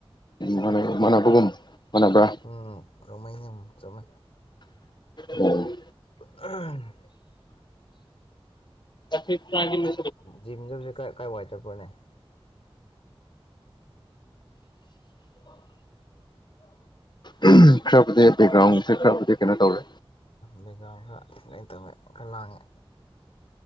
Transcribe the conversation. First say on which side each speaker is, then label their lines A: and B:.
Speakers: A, on the left; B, on the left.
A: ꯃꯥ ꯃꯥꯟꯅꯕꯒꯨꯝ ꯃꯥꯟꯅꯕ꯭ꯔꯥ
B: ꯎꯝ ꯔꯃꯥꯏꯅ ꯃ ꯆꯃ
A: ꯎꯝ
B: ꯑ
A: ꯀꯦ ꯇꯒꯤ ꯂ
B: ꯖꯤꯝꯗꯁꯦ ꯀꯥꯏ ꯀꯥꯏꯏ ꯋꯥꯏ ꯆꯠꯄ꯭ꯔꯣꯅꯦ
A: <inaudible> ꯈꯔꯕꯨꯗꯤ ꯕꯦꯛꯒ꯭ꯔꯥꯎꯟꯁꯦ ꯈꯔꯕꯨꯗꯤ ꯀꯩꯅꯣ ꯇꯧꯔꯦ
B: ꯕꯦꯛꯒ꯭ꯔꯥꯎꯟ ꯈꯔ ꯀꯩꯅꯣ ꯇꯧꯋꯦ ꯈꯔ ꯂꯥꯡꯉꯦ